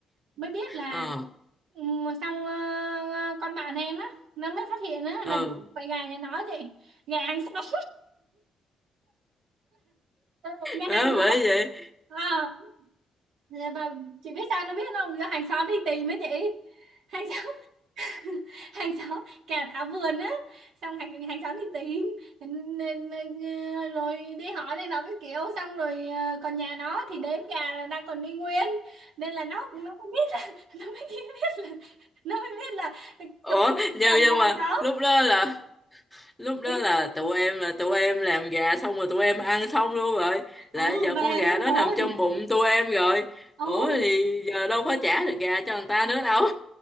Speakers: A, on the right (about 75°); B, in the centre.
A: mới biết là
B: ờ
A: ừm, xong ờ, ờ, con bạn em á nó mới phát hiện á
B: ừ
A: là vậy gà nhà nó chị gà hàng xóm <laughs> gà
B: má
A: hàng xóm
B: bởi vậy
A: Ờ, và chị biết sao nó biết không do hàng xóm đi tìm ấy chị hàng xóm <laughs> hàng xóm kẻ tháo vườn á xong hàng hàng xóm thì tìm N- n- n- rồi đi hỏi này nó cái kiểu xong rồi ờ, còn nhà nó thì đếm gà là đang còn đi nguyên nên là nó nó mới biết là <laughs> nó mới biết là nó mới biết là
B: ủa
A: tụi
B: nhưng
A: chồng
B: nhưng
A: nhà hàng
B: mà
A: xóm
B: lúc đó là lúc đó
A: Ý,
B: là tụi em là tụi em làm gà xong rồi tụi em ăn xong luôn rồi là
A: ừ
B: giờ
A: về
B: con gà
A: luôn
B: đó
A: rồi
B: nằm trong bụng tụi em rồi
A: ừ
B: ủa thì giờ đâu có trả được gà cho người ta nữa đâu